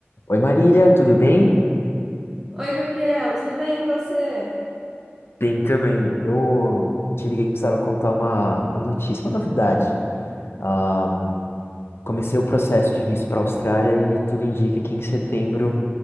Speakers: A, on the left; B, on the right.
A: Oi Marília, tudo bem?
B: Oi, Gabriel, tudo bem e você?
A: Bem também. Eu te liguei que precisava contar uma, uma notícia, uma novidade. Ah, comecei o processo de visto para a Austrália e tudo indica que em setembro